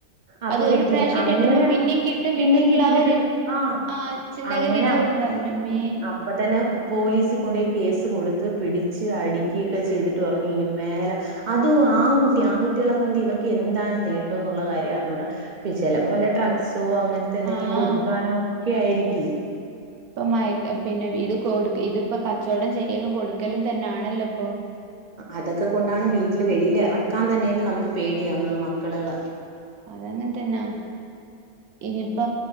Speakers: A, on the right; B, on the right.
A: അപ്പൊ
B: അത്
A: വിട്ടില്ല
B: ഒരു പ്രാവശ്യം
A: അങ്ങനെ
B: കിട്ടുമ്പോ പിന്നെയും കിട്ടും
A: പിന്നെയും
B: കിട്ടുംന്നുള്ള
A: കിട്ട്
B: ആ
A: കിട്ട്
B: ഒരു
A: ആഹ്
B: ആ ചിന്താഗതിയുള്ളവരുണ്ടോ
A: അങ്ങനെ അപ്
B: എന്റമ്മേ
A: അപ് അപ്പൊ തന്നെ പോലീസിൽ കൊണ്ടോയി കേസ് കൊടുത്ത് പിടിച്ച് അടുക്കിക്കെ ചെയ്തിട്ട് പറഞ്ഞു ഇനിമേല അതും ആൺകുട്ടി ആൺകുട്ടികളെ കൊണ്ട് ഇവർക്ക് എന്താണ് നേട്ടം എന്നുള്ള കാര്യം അറിഞ്ഞൂട ചെലപ്പോ വല്ല ഡ്രഗ്സോ അങ്ങനത്തെ എന്തെങ്കിലും
B: ആഹ്
A: കൊടുക്കാനോ ഒക്കെ ആയിരിക്കും
B: ഇപ്പൊ മ പിന്നെ ഇത് കൊടു ഇതിപ്പോ കച്ചവടം ചെയ്യലും കൊടുക്കലും തന്നൊണല്ലോ ഇപ്പൊ
A: അതൊക്കെ കൊണ്ടാണ് വീട്ടില് വെളിയിൽ ഇറക്കാൻ തന്നെ നമുക്ക് പേടിയാവുന്നത് മക്കളുകളെ
B: അതങ്ങനെ തന്നെ ഇനിയിപ്പ